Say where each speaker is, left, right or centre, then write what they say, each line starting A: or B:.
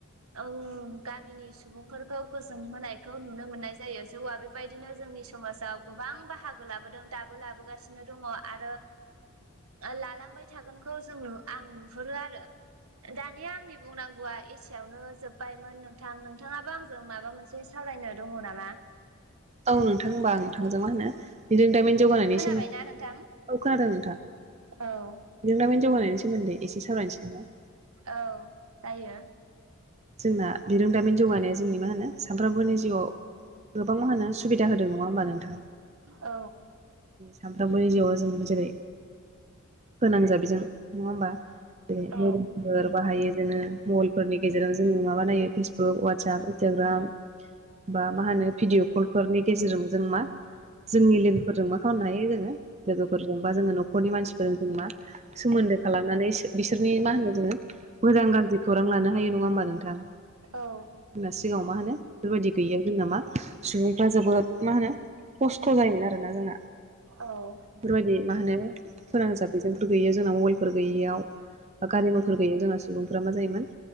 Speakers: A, on the right (about 80°); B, on the right (about 30°).
A: ओं गामिनि सुबुंफोरखौ गोजोन होनायखौ नुनो मोननाय जायो जौआ बे बेबायदिनो जोंनि समाजाव गोबां बाहागो लाबोदों दाबो लाबोगासिनो दङ आरो लालांबाय थागोनखौ जों आं नुहुरो आरो। दानिया आंनि बुंनांगौआ एसेयावनो जोबबायमोन नोंथां नोंथाङाबो आंजों माबा मोनसे सावरायनो दङ नामा?
B: औ नोंथां होमबा आं नोंथांजों मा होनो बिदि दामिन जौगानायनि
A: खोनाबायना
B: सोमोन्दै
A: नोंथां
B: औ खोनादों नोंथां।
A: औ
B: बिरोंदामिन जौगानायनि सोमोन्दै एसे सावरायनोसै नामा
A: औ जायो।
B: जोंना बिरोंदामिन जौगानाया जोंनि मा होनो सानफ्रोमबोनि जिउआव गोबां मा होनो सु सुबिदा होदों नङा होमबा नोंथां
A: औ
B: सामफ्रोमबोनि जिउआव जोंनो जेरै फोनांजाब बेजों नङा होमबा जेरै
A: औ
B: मबाइलफोर बाहायो जनो मबाइलफोरनि गेज जेराव जोङो माबा नायो फेसबुक वाटसएप इन्स्टाग्राम। बा मा होनो भिडिअ कलफोरनि गेजेरजों जों मा जोंनि लोगोफोरजों मा खालामनो हायो जोङो लोगोफोरजों बा जोङो न'खरनि मानसिफोरजों जों मा सोमोन्दो खालामनानै बिस बिसोरनि मा होनो जोङो मोजां गाज्रि खौरां लानो हायो नङा होमबा नोंथां?
A: औ
B: जोंना सिगाङाव मा होनो बेफोरबायदि गैयायाव जोंना मा सुबुंफ्रा जोबोद मा होनो खस्थ' जायोमोन आरो ना जोंना।
A: औ
B: बेफोरबायदि मा होनो फोनांजाब बेजोंफोर गैयियाव जोंनााव मबाइलफोर गैयियाव बा गारि मथर गैयया जोंना सुबुंफोरा मा जायोमोन